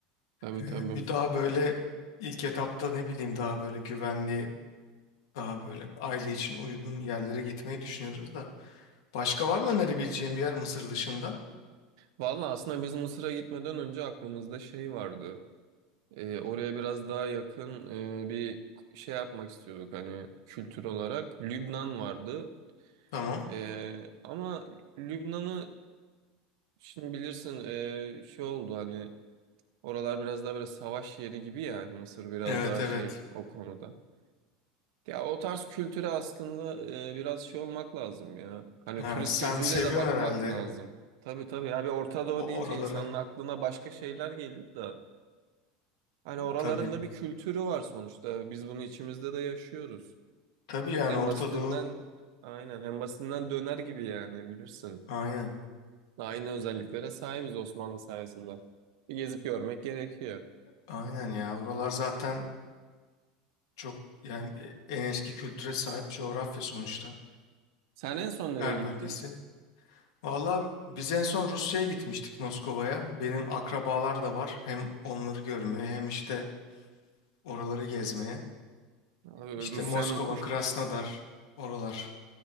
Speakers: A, on the right; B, on the left.
A: Tabii
B: Ee,
A: tabii.
B: Bir daha böyle ilk etapta ne bileyim daha böyle güvenli, daha böyle aile için uygun yerlere gitmeyi düşünüyoruz da. Başka var mı önerebileceğim bir yer Mısır dışında?
A: Vallahi aslında biz Mısır'a gitmeden önce aklımızda şey vardı. E, oraya biraz daha yakın e, bir şey yapmak istiyorduk hani kültür olarak. Lübnan vardı.
B: Tamam.
A: E, ama Lübnan'ı şimdi bilirsin e, şey oldu hani oralar biraz daha böyle savaş yeri gibi yani Mısır biraz
B: Evet
A: daha
B: evet.
A: şey o konuda. Ya o tarz kültüre aslında e, biraz şey olmak lazım ya. Hani
B: Ha,
A: turist
B: sen
A: gözüyle
B: seviyorsun
A: de bakmak
B: herhalde
A: lazım. Tabii tabii ya bir Orta Doğu
B: o
A: deyince
B: oraları.
A: insanın aklına başka şeyler geliyor da. Hani oraların
B: Tabii.
A: da bir kültürü var sonuçta. Biz bunu içimizde de yaşıyoruz.
B: Tabii yani
A: En
B: Orta
A: basitinden
B: Doğu.
A: aynen en basitinden döner gibi yani bilirsin.
B: Aynen.
A: Aynı özelliklere sahibiz Osmanlı sayesinde. Bir gezip görmek gerekiyor.
B: Aynen ya. Oralar zaten çok yani en eski kültüre sahip coğrafya sonuçta.
A: Sen en son nereye
B: Her bölgesi.
A: gittin?
B: Valla biz en son Rusya'ya gitmiştik Moskova'ya. Benim akrabalar da var. Hem onları görmeye hem işte oraları gezmeye.
A: Abi
B: İşte
A: Rusya'nın
B: Moskova,
A: kuş
B: Krasnodar oralar.